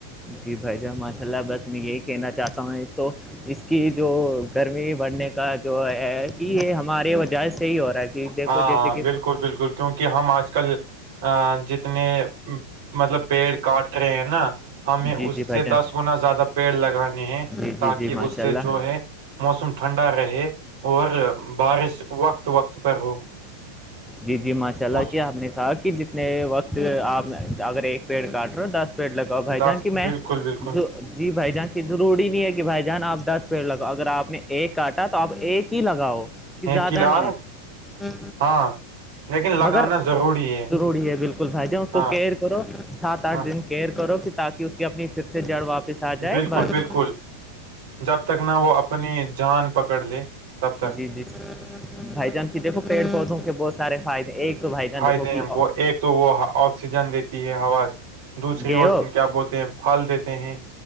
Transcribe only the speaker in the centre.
جی بھائی جان ماشاء اللہ بس میں یہی کہنا چاہتا ہوں یہ تو اس کی جو گرمی بڑھنے کا جو ہے کہ یہ ہمارے وجہ سے ہی ہو رہا ہے کہ دیکھو
جیسے کہ
جی
جی بھائی
جان
جی
جی جی ماشاء
اللہ
جی جی ماشاء اللہ
کہ آپ نے کہا کہ جتنے وقت آپ اگر ایک پیڑ کاٹ رہے ہو دس پیڑ لگاؤ بھائی
جاں کہ میں
جو جی بھائی جان کہ ضروری نہیں ہے کہ بھائی جان آپ دس پیڑ لگاؤ اگر آپ نے ایک کاٹا تو آپ ایک ہی لگاؤ کہ زیادہ
نہیں ہے
مگر
ضروری ہے بالکل بھائی جہ اس
کو کی کرو سات آٹھ
دن کیئر کرو کہ تاکہ اس کی اپنی پھر سے جڑ واپس آ جائے
بس
ج جی بھائی جان کہ دیکھو پیڑ پودوں کے بہت سارے فایدے ایک تو بھائی جان
دیکھو کہ
گئے
ہو